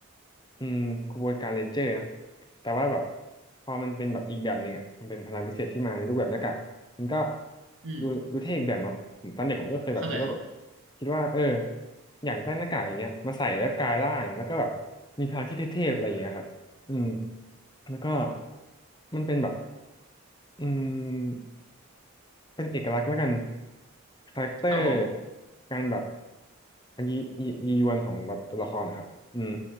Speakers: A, on the left (about 20°); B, on the right (about 65°).
A: อืมขบวนการเรนเจอร์นะแต่ว่าแบบพอมันเป็นแบบอีกแบบหนึ่งอ่ะมันเป็นพลังพิเศษที่มาในรูปแบบหน้ากากมันก็
B: อืม
A: ดูดูเท่อีกแบบเนาะผมตอนเด็กผมก็เคยแบบคิดว่าแบบ
B: เข้าใจครับ
A: คิดว่าเอออยากได้หน้ากากอย่างเงี้ยมาใส่แล้วกลายร่างแล้วก็แบบมีพลังที่เท่ๆอะไรอย่างเงี้ยครับอืมแล้วก็มันเป็นแบบอืม เป็นเอกลักษณ์แล้วกันคาแรคเตอร์
B: ครับผม
A: การแบบยียียีวันของแบบตัวละครนะครับอืม